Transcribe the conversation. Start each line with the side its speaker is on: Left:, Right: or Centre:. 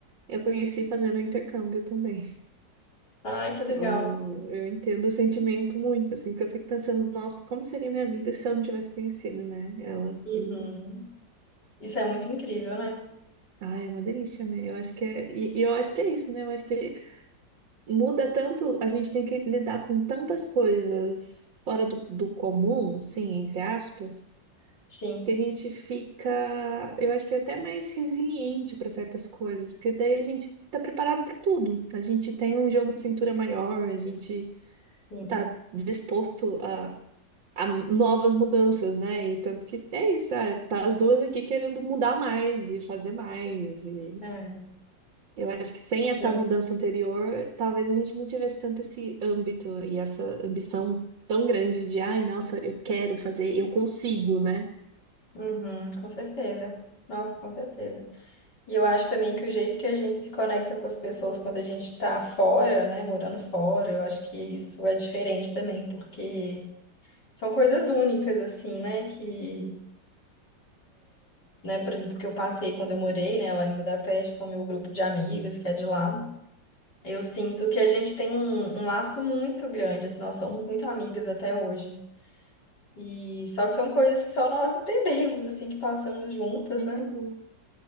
Right: eu conheci fazendo intercâmbio também.
Left: Ai, que legal.
Right: Então, eu entendo o sentimento muito, assim, porque eu fico pensando, nossa, como seria minha vida se eu não tivesse conhecido, né, ela.
Left: Uhum.
Right: E,
Left: Isso é muito incrível, né?
Right: ai, é uma delícia, né? Eu acho que é, e, e eu acho que é isso, né? Eu acho que muda tanto, a gente tem que lidar com tantas coisas fora do, do comum, assim, entre aspas,
Left: Sim,
Right: que a gente fica, eu acho que é até mais resiliente para certas coisas, porque daí a gente tá preparado para tudo. A gente tem um jogo de cintura maior, a gente
Left: sim.
Right: tá disposto a a novas mudanças, né? E tanto que é isso, ah, tá as duas aqui querendo mudar mais e fazer mais. E
Left: É,
Right: eu acho que sem essa
Left: sim.
Right: mudança anterior, talvez a gente não tivesse tanto esse âmbito e essa ambição tão grande de, ai, nossa, eu quero fazer, eu consigo, né?
Left: Uhum, com certeza. Nossa, com certeza. E eu acho também que o jeito que a gente se conecta com as pessoas quando a gente está fora, né? Morando fora, eu acho que isso é diferente também, porque. São coisas únicas, assim, né? Que, né, por exemplo, que eu passei quando eu morei, né, lá em Budapeste com o meu grupo de amigas, que é de lá. Eu sinto que a gente tem um, um laço muito grande, assim, nós somos muito amigas até hoje. E só que são coisas que só nós entendemos, assim, que passamos juntas,
Right: Uhum.
Left: né?